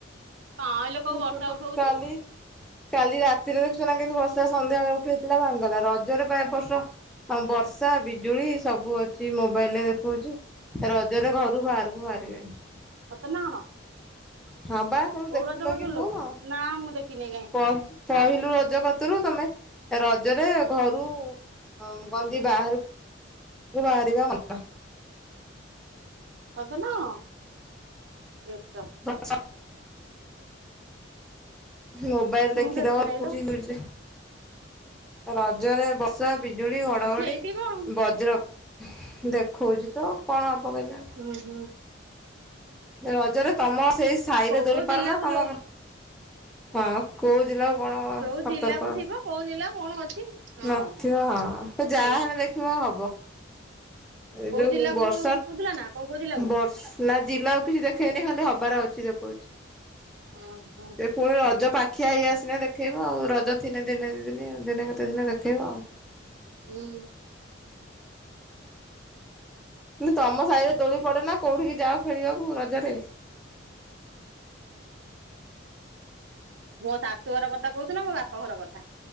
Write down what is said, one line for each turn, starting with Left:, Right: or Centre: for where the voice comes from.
Right: କାଇଁ ଲୋ କୋଉ
Centre: <unintelligible>
Right: ବର୍ଷା ଉଠଉଛି।
Centre: କାଲି କାଲି ରାତିରେ ଦେଖୁଛ ନା କେମତି ବର୍ଷା ସନ୍ଧ୍ୟାବେଳେ ଉଠେଇଥିଲା ଭାଙ୍ଗଗଲା, ରଜରେପା ଏ ବର୍ଷ ହଁ ବର୍ଷା, ବିଜୁଳି ସବୁ ଅଛି ମୋବାଇଲରେ ଦେଖଉଛି। ରଜରେ ଘରୁ ବାହାରକୁ ବାହାରିବେନି।
Right: ସତରେ ନା କଣ?
Centre: ହଁ ପା ତମେ ଦେଖୁନ
Right: କୋଉ ରଜ କରୁଥିଲୁ
Centre: କି ଫୋନ?
Right: ନା ମୁଁ ଦେଖିନି କାଇଁ
Centre: ପ ପହିଲୁ ରଜ କତରୁ ତମେ ରଜରେ ଘରୁ ଅଁ କନ୍ତି ବାହାରୁ କୁ ବାହାରିବା ମନା।
Right: ସତରେ ନା କଣ? <unintelligible>
Centre: <unintelligible> ମୋବାଇଲ
Right: ମୁଁ
Centre: ଦେଖିଦବ
Right: ଦେଖିନେଇ
Centre: ଦେଖଉଛି
Right: ଲୋ।
Centre: ନ୍ୟୁଜରେ। ରଜରେ ବର୍ଷା, ବିଜୁଳି, ଘଡ଼ଘଡ଼ି,
Right: ଉଁ ହେଇଥିବ ଆଉ।
Centre: ବଜ୍ର ଦେଖଉଛି ତ କଣ ହବ କେଜାଣି?
Right: ଉଁ, ହୁଁ।
Centre: ରଜରେ ତମ ସେଇ ସାଇରେ
Right: କୋଉ
Centre: ଦୋଳି
Right: କୋଉ ଜିଲ୍ଲାକୁ
Centre: ପାରନା ତମ
Right: ଯୋଉ
Centre: ହଁ କୋଉ ଦିନ କଣ
Right: ଯୋଉ
Centre: ସତର୍କ?
Right: ଜିଲ୍ଲାକୁ ଥିବ କୋଉ ଜିଲ୍ଲା କଣ ଅଛି। ହଁ।
Centre: ନଥିବ ହଁ। ସେ ଯାହେନେ
Right: କୋଉ
Centre: ଦେଖିବ ହବ। ଏ
Right: କୋଉ
Centre: ଯୋଉ
Right: ଜିଲ୍ଲାକୁ
Centre: ବର୍ଷା,
Right: କହୁଥିଲା ନା କୋଉ କୋଉ ଜିଲ୍ଲାକୁ?
Centre: ବର୍ଷ ନା ଜିଲାକୁ କିଛି ଦେଖେଇନି ଖାଲି ହବାର ଅଛି ଦେଖଉଛି।
Right: ଓଁହୋ।
Centre: ସେ ପୁଣି ରଜ ପାଖିଆ ହେଇଆସିନେ ଦେଖେଇବ ଆଉ ରଜ ଥିନେ ଦିନେ ଦି ଦିନି ଆଉ ଦିନେ କେତେ ଦିନେ ଦେଖେଇବ ଆଉ?
Right: ହୁଁ
Centre: ତମ ସାହିରେ ଦୋଳି ପଡ଼େ ନା କୋଉଠିକି ଯାଅ ଖେଳିବାକୁ ରଜରେ?
Right: ମୋ ଶାଶୁଘର କଥା କହୁଥିଲ ମୋ ବାପାଘର କଥା।